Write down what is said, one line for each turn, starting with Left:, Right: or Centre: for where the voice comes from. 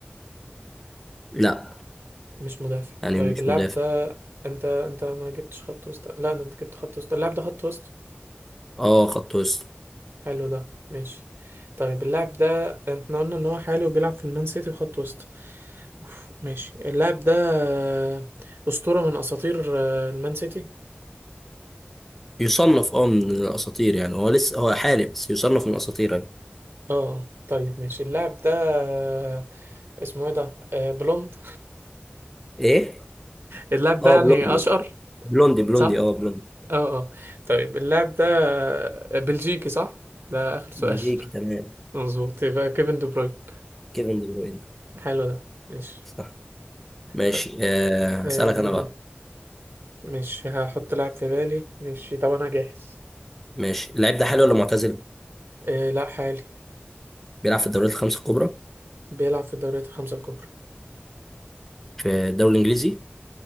Centre: لا
Right: مش مدافع
Centre: يعني
Right: طيب
Centre: مش
Right: اللاعب
Centre: مدافع
Right: ده انت انت ما جبتش خط وسط لا ده انت جبت خط وسط اللاعب ده خط وسط
Centre: اه خط وسط
Right: حلو ده ماشي طيب اللاعب ده احنا قلنا ان هو حالي وبيلعب في المان سيتي وخط وسط أوف. ماشي اللاعب ده آه، أسطورة من أساطير آه، المان سيتي
Centre: يصنف اه من الاساطير يعني هو لسه هو حالي بس يصنف من الاساطير يعني.
Right: اه طيب ماشي اللاعب ده آه، اسمه ايه ده آه، بلوند
Centre: ايه
Right: اللاعب ده
Centre: اه
Right: يعني
Centre: بلوندي
Right: اشقر
Centre: بلوندي بلوندي
Right: صح
Centre: اه بلوندي
Right: اه اه طيب اللاعب ده آه، بلجيكي صح ده اخر سؤال
Centre: بلجيكي تمام
Right: <laughs> مظبوط يبقى كيفن دي بروين
Centre: كيفن دي بروين
Right: حلو ده ماشي
Centre: صح ماشي
Right: طيب
Centre: آه هسألك
Right: آه
Centre: انا بقى
Right: مش هحط لاعب في بالي ماشي طب انا جاهز
Centre: ماشي اللاعب ده حالي ولا معتزل
Right: آه لا حالي
Centre: بيلعب في الدوريات الخمسة الكبرى
Right: بيلعب في الدوريات الخمسة الكبرى
Centre: في الدوري الانجليزي